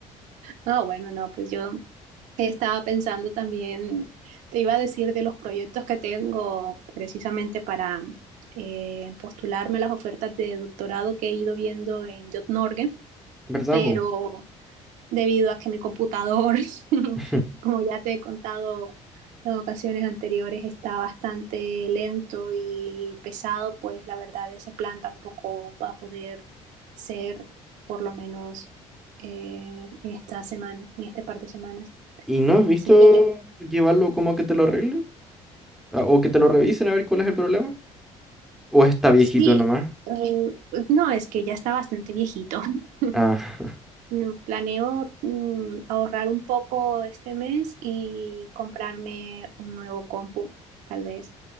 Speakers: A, on the right; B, in the centre.
A: no, bueno, no, pues yo Estaba pensando también, te iba a decir de los proyectos que tengo precisamente para eh, postularme a las ofertas de doctorado que he ido viendo en JotNorge,
B: ¿Verdad,
A: pero
B: po?
A: debido a que mi computador, <laughs>
B: <laughs>
A: como ya te he contado en ocasiones anteriores, está bastante lento y pesado, pues la verdad ese plan tampoco va a poder ser por lo menos eh, en esta semana, en este par de semanas.
B: ¿Y no has visto
A: Así que
B: llevarlo como a que te lo arreglen? Ah, ¿O que te lo revisen a ver cuál es el problema? ¿O está viejito
A: Sí,
B: nomás?
A: eh, no, es que ya está bastante viejito. <laughs>
B: Ah, <laughs>
A: No, Planeo mm, ahorrar un poco este mes y comprarme un nuevo compu, tal vez,